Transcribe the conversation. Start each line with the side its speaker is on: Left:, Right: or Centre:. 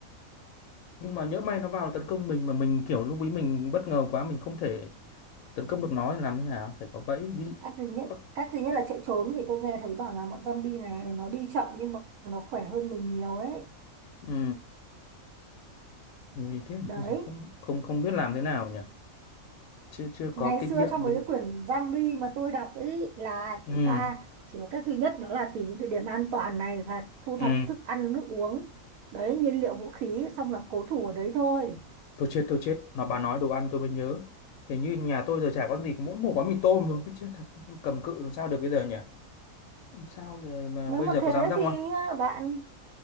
Left: nhưng mà nhỡ may nó vào tấn công mình mà mình kiểu lúc ấy mình bất ngờ quá mình không thể tấn công được nó thì làm thế nào phải có bẫy ví
Right: cách duy nhất
Left: có
Right: cách duy nhất là chạy trốn vì tôi nghe thấy bảo là bọn zombie này, này nó đi chậm nhưng mà nó khỏe hơn mình nhiều ấy
Left: ừ, nguy thế
Right: đấy
Left: bây giờ không không không biết làm thế nào nhỉ chưa chưa
Right: ngày
Left: có kinh
Right: xưa
Left: nghiệm
Right: trong
Left: với
Right: mấy
Left: vụ
Right: cái quyển zombie mà tôi đọc ấy là
Left: ừ
Right: chúng ta chỉ có cách duy nhất đó là tìm những địa điểm an toàn này và thu
Left: ừ
Right: thập thức ăn nước uống đấy nhiên liệu vũ khí xong là cố thủ ở đấy thôi
Left: tôi chết thôi chết nó bà nói đồ ăn tôi mới nhớ hình như nhà tôi giờ chả có gì mỗi một gói mì tôm thôi cứ chết thật cầm cự làm sao được bây giờ nhỉ làm sao giờ mà
Right: nếu
Left: bây
Right: mà
Left: giờ
Right: thế
Left: có dám ra
Right: thì
Left: ngoài
Right: ờ, bạn